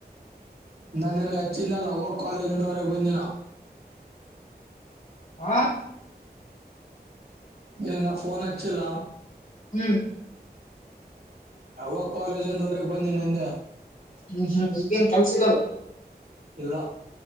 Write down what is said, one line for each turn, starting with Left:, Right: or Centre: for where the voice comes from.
Right: ನಾು ನನಗೆ ಹಚ್ಚಿ ನಾಳು ಅವೋ ಕಾಲೇಜ್ ಮುಂದವರೆಗೆ ಬಂದಿನ
Left: ಆ
Right: ಇ ನಾ ಫನ್ ಅಚ್ಚಿಲ್ಲಾ
Left: ಹ್ಮ್
Right: ಅವಾಗ ಕಾಲೇಜ್ ಒಂದ ಹೊರಗೆ ಬಂದ ನಂದ
Left: ಹ್ಮ್ ಹ್ಮ್ ಈಗೇನ್ ಕಲ್ಸಿದಾವ
Right: ಇಲ್ಲ